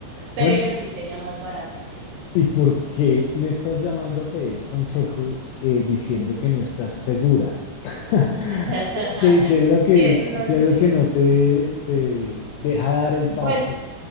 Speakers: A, on the right (about 70°); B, on the left (about 85°).
A: pero
B: Bueno,
A: sí sería más barato.
B: ¿y por qué me estás llamando a pedir consejo eh, diciendo que no estás segura? <laughs>
A: <laughs>
B: ¿Qué, qué es lo que,
A: Que no
B: qué
A: sé.
B: es lo que no te, te deja dar el paso?
A: Pues